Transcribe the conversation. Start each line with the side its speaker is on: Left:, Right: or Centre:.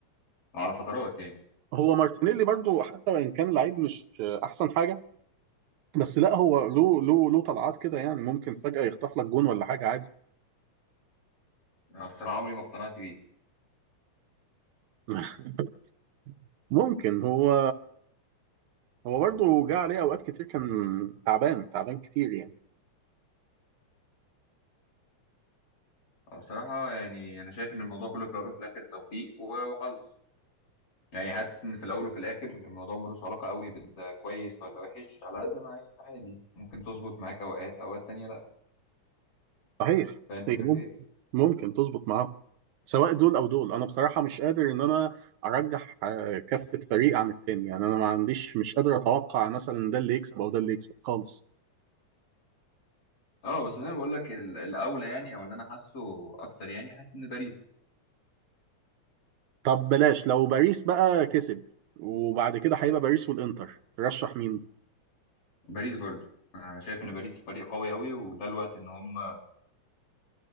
Left: على فترات يعني
Right: هو مارتينيلي برضو حتى وان كان لعيب مش احسن حاجه بس لا هو له له له طلعات كده يعني ممكن فجأة يخطف لك جون ولا حاجة عادي
Left: أنا بصراحه عمري ما اقتنعت بيه
Right: <laughs> ممكن هو هو برضه جه عليه أوقات كتير كان تعبان تعبان كتير يعني
Left: أنا بصراحه يعني انا شايف ان الموضوع كله في الاول وفي الاخر توفيق و- وحظ يعني حاسس ان في الاول وفي الاخر الموضوع ملوش علاقه قوي بانت كويس ولا وحش على قد ما هي عادي ممكن تظبط معاك اوقات اوقات تانية لا
Right: صحيح
Left: فاهم الفكره
Right: هي مم-
Left: في ايه
Right: ممكن تظبط معاه سواء دول أو دول أنا بصراحة مش قادر إن أنا أرجح آه، كفة فريق عن التاني يعني أنا ما عنديش مش قادر أتوقع مثلا ده اللي يكسب أو ده اللي يكسب خالص
Left: اه بس زي ما بقول لك ال- الاولى يعني او اللي انا حاسه اكتر يعني حاسس ان باريس
Right: طب بلاش لو باريس بقى كسب وبعد كده هيبقى باريس والإنتر ترشح مين؟
Left: باريس برضه أنا شايف ان باريس فريق قوي قوي وده الوقت ان هم